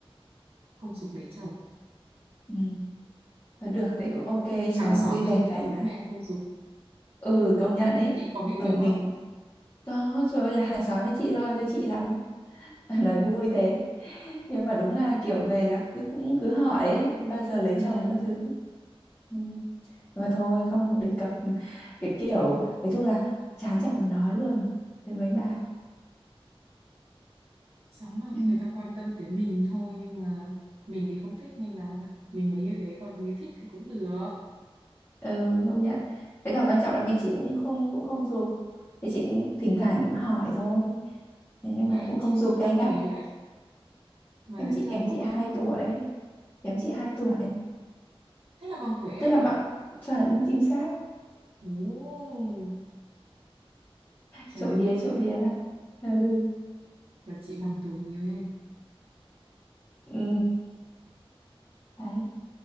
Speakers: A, on the right; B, on the left.
A: không giục lấy chồng
B: ừ. và được thế cũng ok
A: hàng
B: cho
A: xóm
B: vui vẻ
A: giục
B: thoải
A: cho bố
B: mái
A: mẹ không giục
B: ừ công nhận ấy
A: chị có bị
B: ở
A: giống
B: mình
A: không
B: có trời ơi là hàng xóm với chị lo cho chị lắm <laughs> nói vui thế nhưng mà đúng là kiểu về là cứ cũng cứ hỏi ấy bao giờ lấy
A: Ừm,
B: chồng các thứ ừ. mà thôi không đề cập cái kiểu nói chung là chán chả muốn nói luôn với mấy bà
A: sóng mà
B: Ừ.
A: người ta quan tâm tới mình thôi nhưng mà mình thì không thích nên là mình mới như thế còn mình thích thì cũng được
B: ừ công nhận với cả quan trọng là mẹ chị cũng không cũng không giục thì chị cũng thỉnh thoảng cũng hỏi thôi thế nhưng
A: như
B: mà
A: em
B: cũng không
A: chị
B: giục
A: sinh
B: gay
A: năm
B: gắt
A: mấy đấy mà
B: em
A: lấy
B: chị
A: chồng
B: kém
A: có
B: chị
A: con
B: hai
A: rồi
B: tuổi kém chị 2 tuổi
A: thế là bằng tuổi em
B: tức là
A: á
B: bạn chuẩn chính xác
A: Ồ, trời
B: trộm vía
A: ơi
B: trộm vía lắm ừ
A: là chị bằng tuổi nhiều em
B: ừ đấy